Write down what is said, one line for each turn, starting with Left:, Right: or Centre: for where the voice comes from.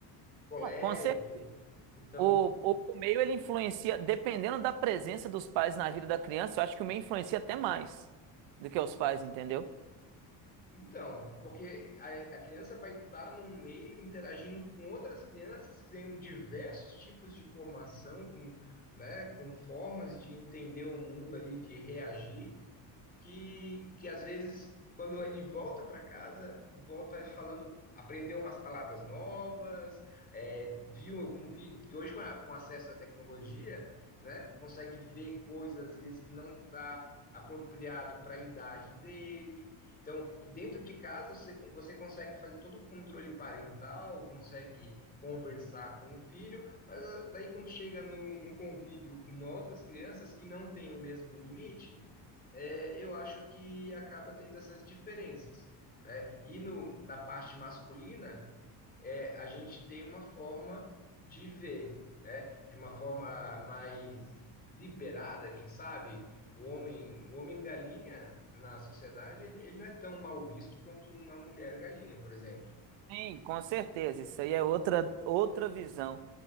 Left: Colégio,
Right: Bom, com cer-
Left: então,
Right: o, o, o meio ele influencia, dependendo da presença dos pais na vida da criança, eu acho que o meio influencia até mais do que os pais, entendeu?
Left: então, porque a, a criança vai estar num meio interagindo com outras crianças que têm diversos tipos de formação, com, né, com formas de entender o mundo ali, de reagir. que, que às vezes, quando ele volta para casa, volta falando, aprendeu umas palavras novas, é, viu algum vídeo, porque hoje com, a- com acesso à tecnologia, né, consegue ver coisas, às vezes, que não está apropriado para a idade dele. Então, dentro de casa, você, você consegue fazer todo o controle parental, consegue conversar com o filho, mas ah, daí quando chega no, num convívio com outras crianças que não têm o mesmo limite, é, eu acho que acaba tendo essas diferenças, né? E no, na parte masculina, é, a gente tem uma forma de ver, né? De uma forma mais liberada, quem sabe? O homem, o homem galinha na sociedade, ele, ele não é tão mal visto quanto uma mulher galinha, por exemplo.
Right: Sim, com certeza. Isso aí é outra, outra visão,